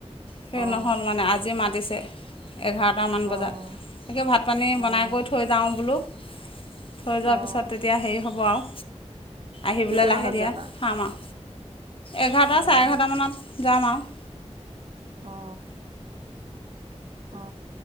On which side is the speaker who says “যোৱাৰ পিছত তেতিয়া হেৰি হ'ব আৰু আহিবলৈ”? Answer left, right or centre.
Left